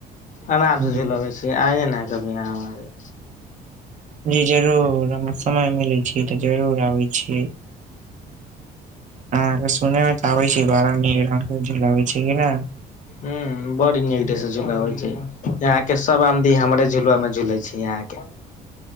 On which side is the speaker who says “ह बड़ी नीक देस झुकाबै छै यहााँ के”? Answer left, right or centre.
Left